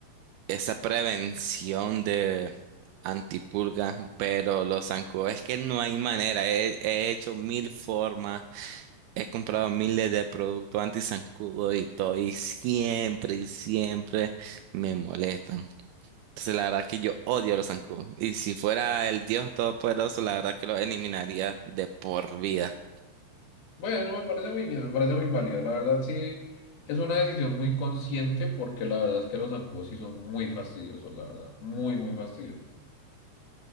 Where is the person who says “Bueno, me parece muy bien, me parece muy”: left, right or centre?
Left